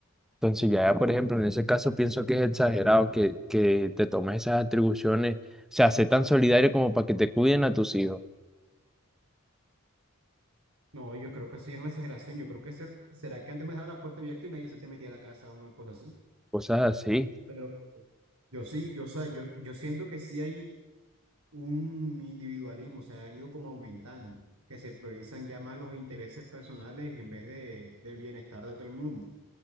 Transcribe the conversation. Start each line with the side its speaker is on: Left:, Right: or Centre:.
Centre: Entonces ya, por ejemplo, en ese caso pienso que es exagerado que, que te tomes esas atribuciones, o sea, sé tan solidario como para que te cuiden a tus hijos,
Right: No, yo creo que eso ya es una exageración. Yo creo que ser, será que antes me dejaba la puerta abierta y nadie se te metía a la casa o una cosa así.
Centre: cosas así.
Right: Pero yo sí, yo, o sea, yo, yo siento que sí hay un individualismo, o sea, ha ido como aumentando, que se priorizan ya más los intereses personales en vez de, del bienestar de todo el mundo.